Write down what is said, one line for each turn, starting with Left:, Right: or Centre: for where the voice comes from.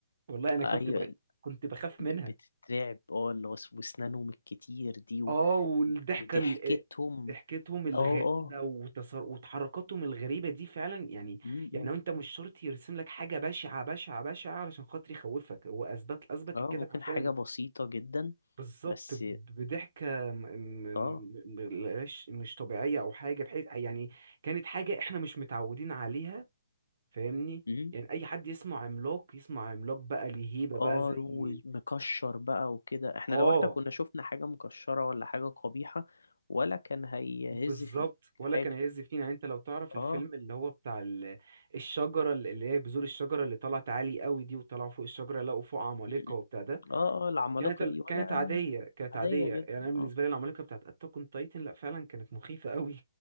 Right: والله انا
Left: ايوه
Right: كنت ب... كنت بخاف
Left: ب-
Right: منها
Left: بتترعب اه اللي هو س- واسنانهم الكتير دي و...
Right: اه والضحكة
Left: وضحكتهم
Right: ال... ضحكتهم الغريبة
Left: اه اه
Right: وتصر... وتحركاتهم الغريبة دي فعلا يعني
Left: امم
Right: يعني
Left: إمم.
Right: هو انت مش شرط يرسم لك حاجة بشعة بشعة بشعة علشان خاطر يخوفك هو اثبت اثبت
Left: اه
Right: الكاتب
Left: ممكن
Right: حرفيا
Left: حاجة بسيطة جدا
Right: بالظبط
Left: بس
Right: ب- بضحكة م- م-
Left: اه
Right: م- مش مش طبيعية أو حاجة بحيث يعني كانت حاجة إحنا مش متعودين عليها فاهمني
Left: إمم.
Right: يعني أي حد يسمع عملاق يسمع عملاق بقى ليه هيبة بقى
Left: اه
Right: زي
Left: ومكشر بقى وكده احنا
Right: آه
Left: لو احنا كنا شفنا حاجة مكشرة ولا حاجة قبيحة ولا كان هيهز
Right: بالظبط
Left: فيك
Right: ولا
Left: حاجة
Right: كان يزفين يعني أنت لو تعرف الفيلم
Left: اه
Right: اللي هو بتاع ال- الشجرة اللي هي بذور الشجرة اللي طلعت عالي قوي دي وطلعوا فوق الشجرة لقوا فوق عمالقة
Left: م-
Right: وبتاع
Left: م.
Right: ده
Left: اه اه العمالقة
Right: كانت ال-
Left: دي ولا
Right: كانت عادية كانت
Left: عادية
Right: عادية
Left: جدا
Right: يعني أنا بالنسبة
Left: اه
Right: لي العمالقة بتاعت أتاك أون تايتن لأ فعلا كانت مخيفة قوي